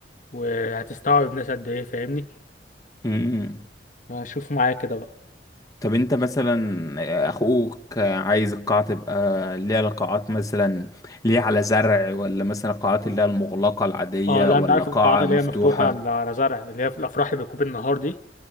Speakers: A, on the left; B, on the left.
A: وهتستوعب ناس قد ايه فاهمني
B: امم
A: شوف معايا كده بقى
B: طب انت مثلا اخوك عايز القاعة تبقى ليها قاعات مثلا ليها على زرع ولا مثلا قاعات اللي هي المغلقة العادية
A: اه لا
B: ولا
A: انت عارف
B: قاعة
A: القاعات اللي
B: مفتوحة
A: هي مفتوحة على على زرع اللي هي في الافراح اللي بتكون بالنهار دي